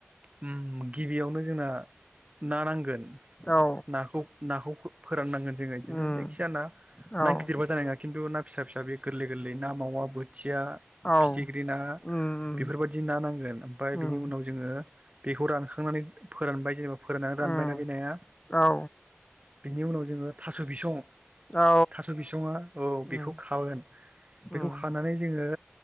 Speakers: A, on the right; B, on the left.
A: उम गिबियावनो जोंना ना नांगोन।
B: औ
A: नाखौ-नाखौ फोराननांगोन। जोंङो इदिनो
B: उम
A: जायखिजाया ना
B: औ
A: ना
B: औ
A: गिदिरबा जानाय नंङा खिन्थु ना फिसा-फिसा बेयो गोरलै-गोरलै ना मावा बोथिया ना
B: औ
A: फिथिख्रि ना
B: उम उम
A: बेफोरबायदि ना नांगोन ओमफ्राय
B: उम
A: बिनि उनाव जोंङो बेखौ रानखांनानै फोरानबाय जेनेबा फोराननानै रानबायना
B: उम
A: बे नाया
B: औ
A: बिनि उनाव जोंङो थास बिसं
B: औ
A: थास बिसंङा औ बेखौ
B: उम
A: खागोन बेखौ
B: उम
A: खानानै जोंङो